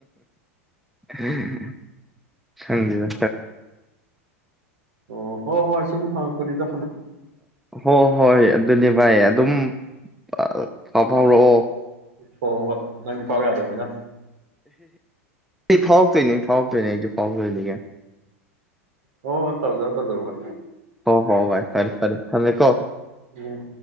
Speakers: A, in the centre; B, on the right.
A: ꯎꯝ ꯍꯪꯒ
B: ꯑꯣ ꯍꯣ ꯍꯣꯏ ꯁꯨꯝ ꯍ ꯀꯂꯤꯗ
A: ꯍꯣ ꯍꯣꯏ ꯑꯗꯨꯅꯦ ꯚꯥꯏ ꯑꯗꯨꯝ ꯑ ꯐꯥꯎ ꯐꯥꯎꯔꯛꯑꯣ
B: ꯍꯣꯏ ꯍꯣꯏ ꯍꯣꯏ ꯅꯪꯗꯤ ꯐꯥꯎ ꯌꯥꯗꯕꯅꯤꯅ
A: ꯐꯥꯎꯛꯇꯅꯤ ꯐꯥꯎꯛꯇꯅꯦꯁꯨ ꯐꯥꯎꯀꯣꯏꯅꯤ ꯍꯥꯏ
B: ꯑꯣ ꯇ ꯍꯧꯖꯗ ꯑꯗꯨ ꯍꯕ
A: ꯍꯣ ꯍꯣ ꯚꯥꯏ ꯐꯔ ꯐꯔ ꯊ ꯂꯩ ꯀꯣ
B: ꯎꯝ